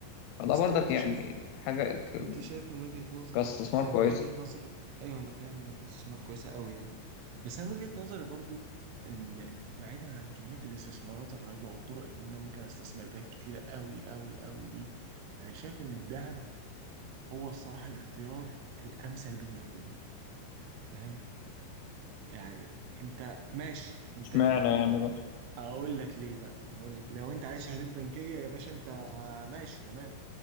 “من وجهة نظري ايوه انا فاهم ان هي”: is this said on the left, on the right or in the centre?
Right